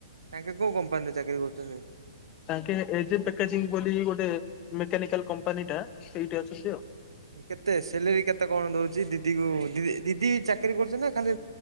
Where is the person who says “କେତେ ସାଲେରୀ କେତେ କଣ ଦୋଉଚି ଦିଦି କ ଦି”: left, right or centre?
Right